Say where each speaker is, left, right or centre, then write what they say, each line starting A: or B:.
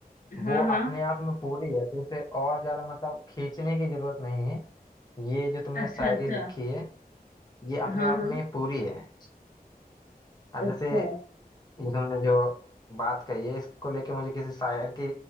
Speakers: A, on the left (about 65°); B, on the left (about 25°).
A: हाँ
B: वो
A: हाँ
B: अपने आप में पूरी है तो इसे और ज्यादा मतलब खींचने की जरूरत नहीं है ये जो तुमने
A: अच्छा
B: शायरी
A: अच्छा
B: लिखी है ये अपने
A: हाँ
B: आप
A: हाँ
B: में पूरी है अब
A: अच्छा
B: जैसे ये तुमने जो बात कही है इसको लेके मुझे किसी शायर की